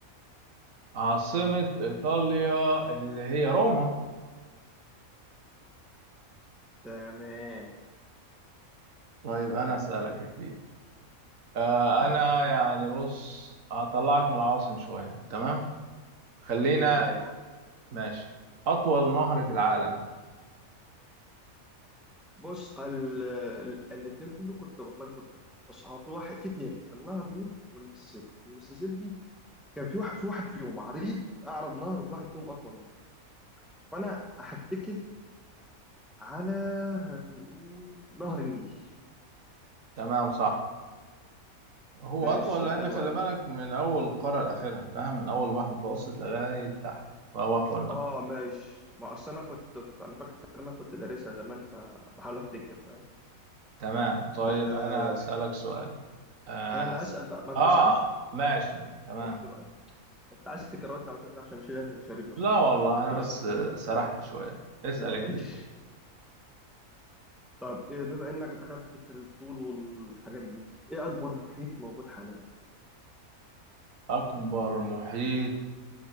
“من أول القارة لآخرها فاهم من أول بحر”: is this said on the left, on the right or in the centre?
Right